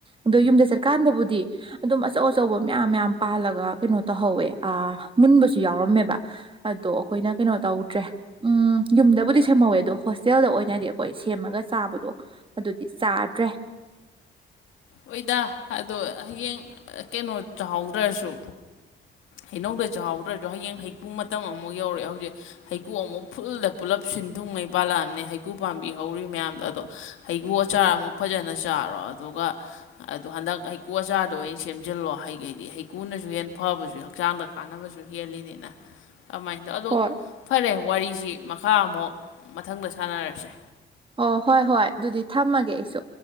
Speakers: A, on the right (about 25°); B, on the left (about 80°).
A: ꯑꯗꯣ ꯌꯨꯝꯗ ꯆꯠꯀꯥꯟꯗꯕꯨꯗꯤ ꯑꯗꯨꯝ ꯑꯆꯧ ꯑꯆꯧꯕ ꯃꯌꯥꯝ ꯃꯌꯥꯝ ꯄꯥꯜꯂ ꯒ ꯀꯩꯅꯣ ꯇꯧꯍꯧꯋꯦ ꯑꯥ ꯃꯨꯟꯕꯁꯨ ꯌꯥꯎꯔꯝꯃꯦꯕ ꯑꯗꯣ ꯑꯩꯈꯣꯏꯅ ꯀꯩꯅꯣ ꯇꯧꯗ꯭ꯔꯦ ꯎꯝ ꯌꯨꯝꯗꯕꯨꯗꯤ ꯁꯦꯝꯍꯧꯋꯦ ꯑꯗꯣ ꯍꯣꯁꯇꯦꯜꯗ ꯑꯣꯏꯅꯗꯤ ꯑꯩꯈꯣꯏ ꯁꯦꯝꯃꯒ ꯆꯥꯕꯗꯣ ꯑꯗꯨꯗꯤ ꯆꯥꯗ꯭ꯔꯦ
B: ꯍꯣꯏꯗꯥ ꯑꯗꯣ ꯍꯌꯦꯡ ꯀꯩꯅꯣ ꯆꯥꯍꯧꯗ꯭ꯔꯁꯨ ꯍꯩꯅꯧꯗ ꯆꯥꯎꯍꯧꯗ꯭ꯔꯖꯨ ꯍꯌꯦꯡ ꯍꯩꯀꯨ ꯃꯇꯝ ꯑꯃꯨꯛ ꯌꯧꯔꯛꯑꯦ ꯍꯧꯖꯤꯛ ꯍꯩꯀꯨ ꯑꯃꯨꯛ ꯐꯨꯜꯗ ꯄꯨꯜꯂꯞ ꯁꯤꯟ ꯊꯨꯡꯉꯩ ꯄꯥꯜꯂꯛꯑꯝꯅꯦ ꯍꯩꯀꯨ ꯄꯥꯝꯕꯤ ꯍꯧꯔꯤ ꯃꯌꯥꯝꯗꯣ ꯑꯗꯣ ꯍꯩꯒꯨ ꯑꯆꯥꯔ ꯑꯃꯨꯛ ꯐꯖꯅ ꯆꯥꯔꯣ ꯑꯗꯨꯒ ꯑꯗꯣ ꯍꯟꯗꯛ ꯍꯩꯀꯨ ꯑꯆꯥꯔꯗꯣ ꯑꯣꯏ ꯁꯦꯝꯖꯤꯜꯂꯣ ꯍꯩꯒꯩꯗꯤ ꯍꯩꯀꯨꯅꯁꯨ ꯍꯦꯟ ꯐꯕꯁꯨ ꯍꯛꯆꯥꯡꯗ ꯀꯥꯟꯅꯕꯁꯨ ꯍꯦꯜꯂꯤꯅꯤꯅ ꯀꯃꯥꯏ ꯗ ꯑꯗꯣ
A: ꯍꯣꯏ
B: ꯐꯔꯦ ꯋꯥꯔꯤꯁꯤ ꯃꯈꯥ ꯑꯃꯨꯛ ꯃꯊꯪꯗ ꯁꯥꯟꯅꯔꯁꯦ
A: ꯑꯣ ꯍꯣꯏ ꯍꯣꯏ ꯑꯗꯨꯗꯤ ꯊꯝꯃꯒꯦ ꯑꯩꯁꯨ